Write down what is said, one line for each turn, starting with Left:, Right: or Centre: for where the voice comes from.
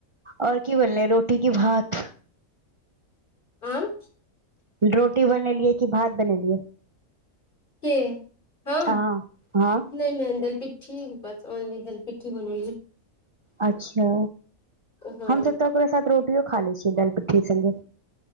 Right: और की बनलेय रोटी की भात
Left: आँय
Right: रोटी बनेलियै कि भात बनेलियै
Left: के हम
Right: अहाँ हँ
Left: नय नय दैलपिट ठी बस ऑनली दलि पिट्ठी बनेलियै
Right: अच्छा
Left: हँ
Right: हम‌ तऽ सब तऽ ओकरा साथ रोटियो खा लै छियै दालि पिट्ठी संगे